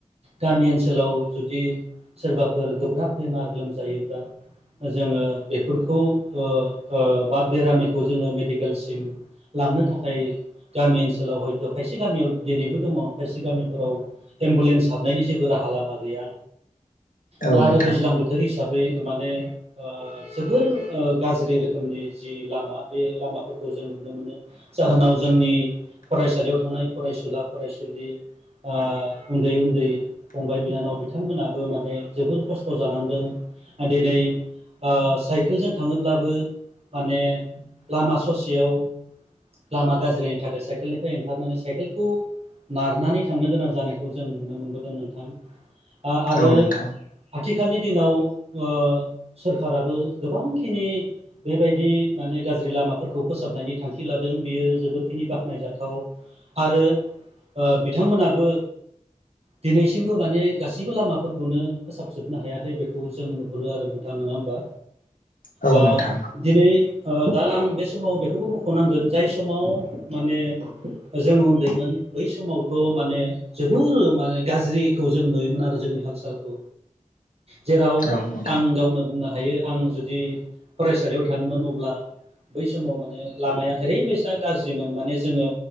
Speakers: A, on the right (about 50°); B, on the left (about 85°).
A: गामि ओनसोलाव जुदि सोरबाफोर गोब्राब बेमार लोमजायोब्ला जोङो बेफोरखौ ओ ओ बा बेरामिखौ जोङो मेडिकेल लांनो थाखाय गामि ओनसोलाव हयथ' खायसे गामियाव दिनैबो दङ खायसे गामिफोराव एम्बुलेन्स हाबनायनि जेबो राहा लामा गैया
B: औ
A: दा आरो
B: नोंथां
A: दैज्लां बोथोर हिसाबै ओय माने ओ जोबोर ओ गाज्रि रोखोमनि जि लामा बे लामाखौ फोरखौ जों नुनो मोनो जाहोनाव जोंनि फरायसालियाव थानाय फरायसुला फरायसुलि ओ उन्दै उन्दै फंबाय बिनानाव बिथांमोनाबो माने जोबोर खस्थ' जानांदों दिनै ओ साइकेलजों थाङोब्लाबो माने लामा ससेयाव लामा गाज्रिनि थाखाय साइकेलनिफ्राय ओंखारनानै साइकेलखौ नारनानै थांनो गोनां जानायखौ जों नुनो मोनबोदों नोंथां आ आरो
B: औ
A: आथिखाल
B: नोंथां
A: आथिखालनि दिनाव ओ सोरखाराबो गोबांखिनि बेबायदि माने गाज्रि लामाखौ फोरखौ फोसाबनायनि थांखि लादों बियो जोबोदखिनि बाख्नायजाथाव आरो ओ बिथांमोनाबो दिनैसिमबो माने गासैबो लामाफोरखौनो फोसाबजोबनो हायाखै बेखौ जों नुहुरो आरो नोंथां नङा होनबा
B: औ
A: ओ
B: नोंथां
A: दिनै ओ दा आं समाव बेखौबो मख'नांगोन जाय समाव माने जों उन्दैमोन बै समावथ' माने जोबोर माने गाज्रिखौ जों नुयोमोन आरो जोंनि हाल सालखौ जेराव
B: औ नोंथां
A: आं गावनो बुंनो हायो आं जुदि फरायसालियाव थाङोमोन अ अब्ला बै समाव माने लामाया ओरैबायसा गाज्रिमोन माने जोङो